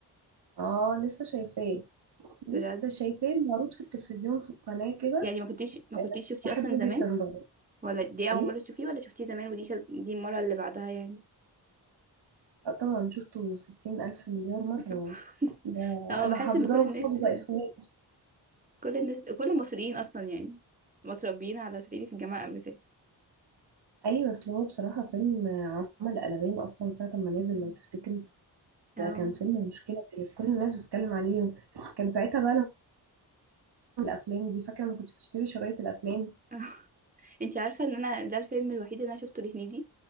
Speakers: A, on the right; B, on the right.
A: اه لسه شايفاه لسه
B: بجد
A: شايفاه معروض في التلفزيون في القناة كده
B: يعني ما كنتيش ما
A: آه،
B: كنتيش شفتيه
A: بحبه
B: أصلا زمان
A: جدا بقى
B: ولا دي أول
A: ايه
B: مرة تشوفيه ولا شفتيه زمان ودي كانت- دي المرة اللي بعدها يعني
A: آه، طبعا شفته ستين ألف مليار مرة
B: <laughs>
A: ده
B: اه
A: أنا
B: بحس
A: حافظاه
B: إن كل
A: وحافظة
B: الناس
A: إفيهات
B: كل الناس كل المصريين أصلا يعني متربيين على صعيدي في الجامعة الأمريكية
A: أيوة أصل هو بصراحة فيلم آه، عمل قلبان أصلا ساعة ما نزل
B: مم.
A: لو تفتكري
B: اه
A: ده كان فيلم مشكلة كانت كل الناس بتتكلم عليه وكان ساعتها بقى لما الأفلام دي فاكرة ما كنت بتشتري شرايط الأفلام
B: <laughs> انتي عارفة ان انا ده الفيلم الوحيد اللي انا شفته لهنيدي